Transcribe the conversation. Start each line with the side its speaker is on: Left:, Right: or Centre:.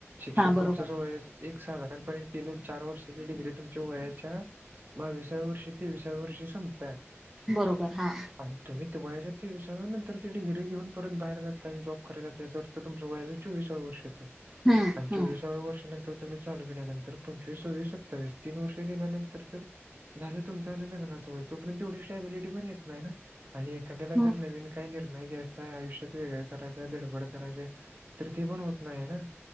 Right: शिक्षण
Centre: हा बरोबर
Right: तुमचंच वयाच् एक साधारणपणे तीन चार वर्षाची डिग्री तुमच्या वयाच्या बावीसाव्या वर्षी, तेवीसाव्या वर्षी संपत्या.
Centre: बरोबर हां.
Right: आणि तुम्ही ते वयाच्या तेविसाव्या नंतर, ते डिग्री घेऊन परत बाहेर जाताय आणि जॉब कराय जाताय सोड त तुमचा वयाच्या चोवीसाव्या वर्षी येतय
Centre: हम्म
Right: आण
Centre: हम्म
Right: चोवीसाव्या वर्ष नंतर तुम्ही चालू केल्यानंतर, पंचवीस, सव्विस, सत्तावीस, तीन वर्ष गेल्यानंतर तर झालं तुमचं आणि लग्नाचं वय, तोपर्यंत एवढी स्टबिलिटी पण येत नाही ना आणि एखाद्याला
Centre: हम्म
Right: जर नवीन काई निर्णय घ्यायचाय आयुष्यात, वेगळं करायचांय, धडपड करायचंय, तर ते पण होत नाईय ना.